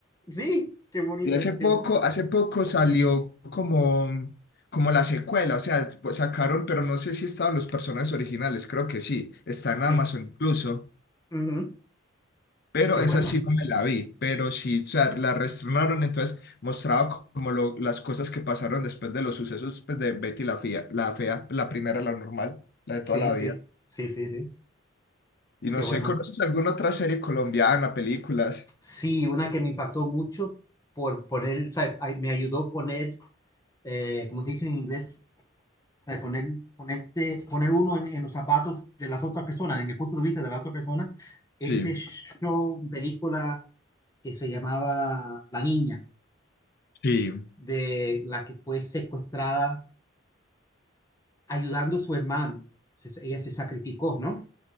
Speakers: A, on the left (about 15°); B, on the left (about 55°).
A: Sí, qué bonito,
B: Y hace poco,
A: qué bonito.
B: hace poco salió como, como la secuela, o sea, pues sacaron, pero no sé si estaban los personajes originales, creo que sí, está en Amazon
A: Sí,
B: incluso,
A: ujú,
B: pero
A: Qué bueno.
B: esa sí no me la vi, pero sí, o sea, la reestrenaron, entonces mostraba co- como lo- las cosas que pasaron después de los sucesos pues, de Betty la Fea, la fea, la primera, la normal, la de
A: Sí,
B: toda la vida.
A: sí, sí, sí, sí.
B: Y no
A: Qué bueno.
B: sé, ¿conoces alguna otra serie colombiana, películas?
A: Sí, una que me impactó mucho por poner, o sea, ay- me ayudó a poner, eh, ¿cómo se dice en inglés? O sea, poner, ponerte, poner uno en, en los zapatos de las otras personas, en el punto de vista de la otra persona, ese
B: Sí,
A: show, película que se llamaba La Niña,
B: sí.
A: de la que fue secuestrada ayudando a su hermano. Se- ella se sacrificó, ¿no?